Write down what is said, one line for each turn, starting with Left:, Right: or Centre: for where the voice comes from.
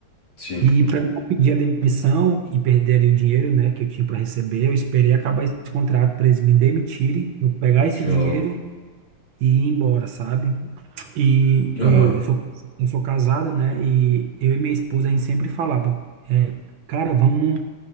Left: sim,
Right: E para não pedir a demissão e perder ali o dinheiro, né, que eu tinha para receber, eu esperei acabar esse contrato para eles me demitirem, eu pegar esse
Left: show.
Right: dinheiro e ir embora, sabe? E eu,
Left: Aham,
Right: eu sou, eu sou casado, né? E eu e minha esposa, a gente sempre falava, é, cara, vamos,